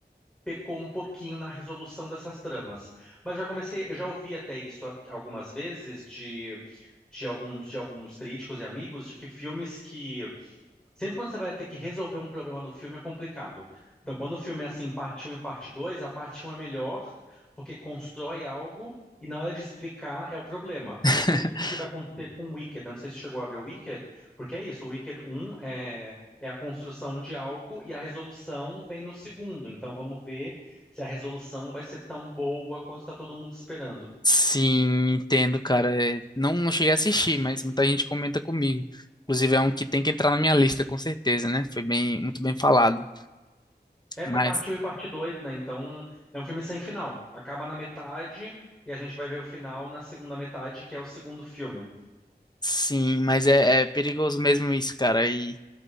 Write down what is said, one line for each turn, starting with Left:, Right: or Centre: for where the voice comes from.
Centre: pecou um pouquinho na resolução dessas tramas. Mas já comecei, eu já ouvi até isso a- algumas vezes de, de alguns, de alguns críticos e amigos de que filmes que Sempre quando você vai ter que resolver um problema no filme é complicado. Então, quando o filme é assim, parte um e parte 2, a parte um é melhor, porque constrói algo e na hora de explicar é o problema. Vamos
Left: <laughs>
Centre: ver o que vai acontecer com o Wicked. Eu não sei se chegou a ver o Wicked, porque é isso, o Wicked um é, é a construção de algo e a resolução vem no segundo. Então, vamos ver se a resolução vai ser tão boa quanto está todo mundo esperando.
Left: Sim, entendo, cara. É, Não, não cheguei a assistir, mas muita gente comenta comigo. Inclusive, é um que tem que entrar na minha lista, com certeza, né? Foi bem, muito bem falado.
Centre: É
Left: Mas,
Centre: porque é parte 1 e parte 2, né? Então é um filme sem final. Acaba na metade e a gente vai ver o final na segunda metade, que é o segundo filme.
Left: sim, mas é, é perigoso mesmo isso, cara. E,